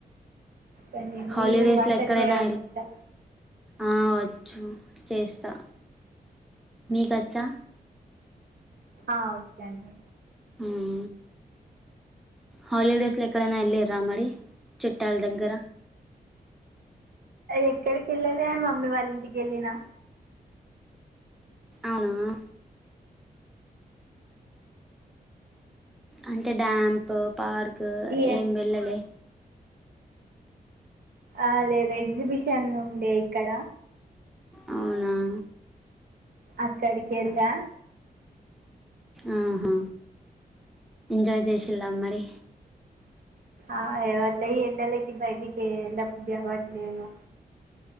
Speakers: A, on the right; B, in the centre.
A: కొంచెం
B: హలిడేస్
A: మీ వంట
B: లో ఎక్కడైనా
A: చేయడం వచ్చా
B: ఆ వచ్చు చేస్తా మీకచ్చా
A: ఆ ఓకే అండి
B: ఉం హాలిడేస్లెక్కడనా ఎల్లిర్రా మరి చుట్టాల దగ్గర
A: ఎక్కడికి వెళ్ళాలే మమ్మీ వాళ్ళింటికి వెళ్ళినా
B: అవునా అంటే డ్యాంప్ పార్క్
A: ఈ
B: ఏం వెళ్ళలే
A: ఆ లేదు ఎగ్జిబిషన్ ఉండే ఇక్కడ
B: అవునా
A: అక్కడికెళ్లా
B: ఆహా ఎంజాయ్ చేసిలా మరి
A: ఆ అవట్లే ఈ ఎండలకి బయటికి ఎల్ల బుద్ధి అవ్వట్లేదు